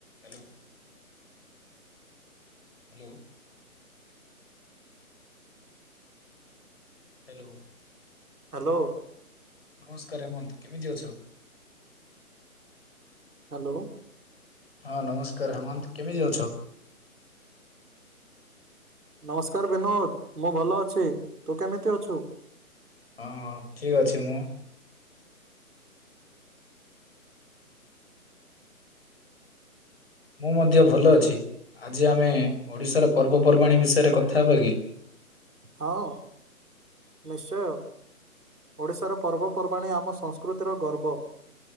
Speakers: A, on the left (about 40°); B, on the right (about 85°).
A: Hello, hello, hello
B: hello
A: ନମସ୍କାର ହେମନ୍ତ୍। କେମିତି ଅଛ?
B: ହାଲୋ,
A: ହଁ ନମସ୍କାର ହେମନ୍ତ। କେମିତି ଅଛ?
B: ନମସ୍କାର ବିନୋଦ। ମୁଁ ଭଲ ଅଛି, ତୁ କେମିତି ଅଛୁ?
A: ହଁ ଠିକ୍ ଅଛି ମୁଁ। ମୁଁ ମଧ୍ୟ ଭଲ ଅଛି। ଆଜି ଆମେ ଓଡ଼ିଶାର ପର୍ବପର୍ବାଣିୀ ବିଷୟରେ କଥା ହେବାକି?
B: ହଁ, ନିଶ୍ଚୟ। ଓଡ଼ିଶାର ପର୍ବପର୍ବାଣି ଆମ ସଂସ୍କୃତିର ଗର୍ବ।